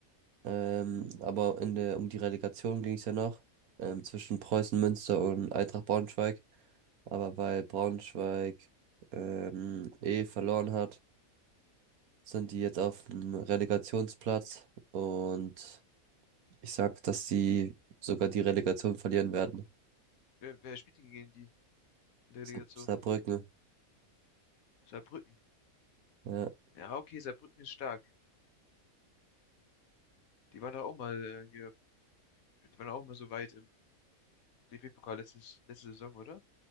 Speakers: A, on the right; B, on the left.
A: Ähm, aber in der, um die Relegation ging es ja noch ähm, zwischen Preußen Münster und Eintracht Braunschweig. Aber weil Braunschweig ähm, eh verloren hat, sind die jetzt auf dem Relegationsplatz. Und ich sag, dass sie sogar die Relegation verlieren werden.
B: Wer, wer spielt denn gegen die in der
A: Saar-
B: Relegation?
A: Saarbrücken.
B: Saarbrücken.
A: Ja,
B: Ja, okay, Saarbrücken ist stark. Die waren doch auch mal äh, hier, die waren auch mal so weit im DFB-Pokal letztes, letzte Saison, oder?